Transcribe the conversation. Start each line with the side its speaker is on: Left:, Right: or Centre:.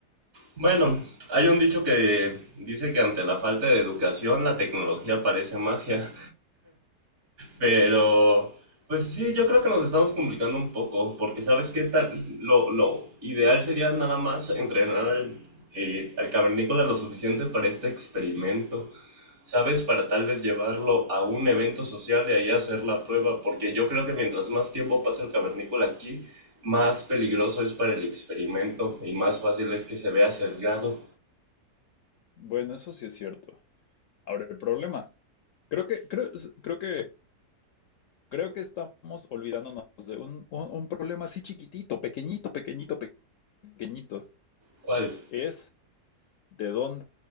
Right: Bueno, hay un dicho que dice que ante la falta de educación la tecnología parece magia. Pero, pues sí, yo creo que nos estamos complicando un poco, porque sabes qué tal, lo, lo ideal sería nada más entrenar al, eh, al cavernícola lo suficiente para este experimento, sabes, para tal vez llevarlo a un evento social y ahí hacer la prueba, porque yo creo que mientras más tiempo pasa el cavernícola aquí, más peligroso es para el experimento y más fácil es que se vea sesgado.
Left: Bueno, eso sí es cierto. Ahora, el problema, creo que, creo, creo que Creo que estamos olvidándonos de un, un- un problema así chiquitito, pequeñito, pequeñito, pequeñito.
Right: ¿Cuál?
Left: Es de dónde